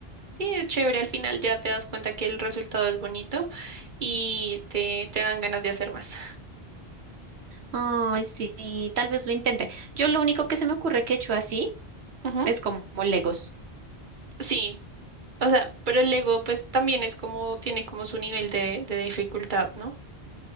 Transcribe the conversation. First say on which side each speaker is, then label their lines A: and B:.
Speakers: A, on the right; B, on the right.
A: Sí, es chévere, al final ya te das cuenta que el resultado es bonito y te, te dan ganas de hacer más.
B: Ay, sí, tal vez lo intente. Yo lo único que se me ocurre que he hecho así
A: <laughs> Ujú,
B: Es como Legos.
A: Sí, o sea, pero el Lego pues también es como, tiene como su nivel de, de dificultad, ¿no?